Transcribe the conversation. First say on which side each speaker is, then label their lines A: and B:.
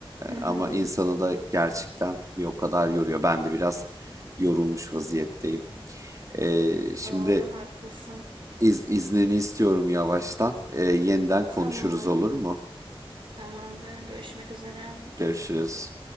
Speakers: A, on the right (about 60°); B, on the right (about 35°).
A: Hı hı.
B: ama insanı da gerçekten bir o kadar yoruyor. Ben de biraz yorulmuş vaziyetteyim. Ee, şimdi
A: Doğru haklısın.
B: iz, iznini istiyorum yavaştan. Ee, yeniden
A: Tamam.
B: konuşuruz olur mu?
A: Tamamdır. Görüşmek üzere.
B: Görüşürüz.